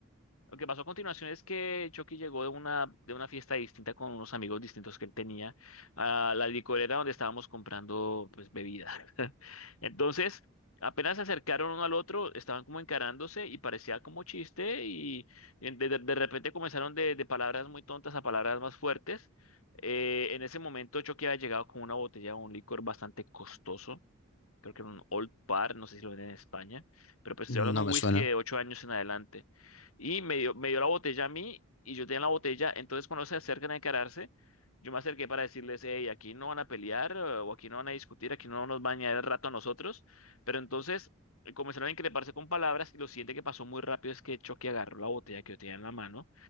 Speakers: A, on the left (about 85°); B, on the left (about 60°).
A: lo que pasó a continuación es que Chucky llegó de una, de una fiesta distinta con unos amigos distintos que él tenía a la licorera donde estábamos comprando pues bebida. <laughs> Entonces, apenas se acercaron uno al otro, estaban como encarándose y parecía como chiste y en- de, de- de repente comenzaron de, de palabras muy tontas a palabras más fuertes. Eh, en ese momento Chucky había llegado con una botella de un licor bastante costoso creo que era un Old Par, no sé si lo venden en España, pero pues
B: no
A: estoy hablando de
B: me
A: un
B: suena.
A: whisky de 8 años en adelante. Y me dio, me dio la botella a mí y yo tenía la botella, entonces cuando se acercan a encararse, yo me acerqué para decirles, hey, aquí no van a pelear eh, o aquí no van a discutir, aquí no nos van a añadir el rato a nosotros, pero entonces eh, comenzaron a increparse con palabras y lo siguiente que pasó muy rápido es que Chucky agarró la botella que yo tenía en la mano,